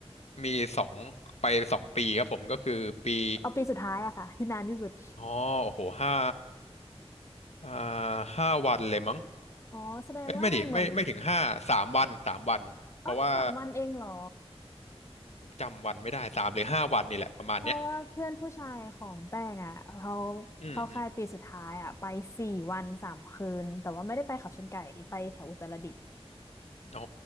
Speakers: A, on the left; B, on the left.
A: มีสองไปสองปีครับผมก็คือปี
B: เอาปีสุดท้ายอะค่ะ <laughs> ที่นานที่สุด
A: อ๋อโอ้โหห้าอ่าห้าวันเลยมั้ง
B: อ๋อแสดงว่าเหมือน
A: เอ้ยไม่ดิไม่ไม่ถึงห้าสามวันสามวันเพราะว่า
B: อ๋อสามวันเองเหรอ
A: ผมจำวันไม่ได้สามหรือห้าวันนี่แหละประมาณเนี้ย
B: เพราะว่าเพื่อนผู้ชายของแป้งอะเขา
A: อืมอืม
B: เข้าค่ายปีสุดท้ายอะไปสี่วันสามคืนแต่ว่าไม่ได้ไปเขาชนไก่ไปแถวอุตรดิตถ์
A: อ๋อ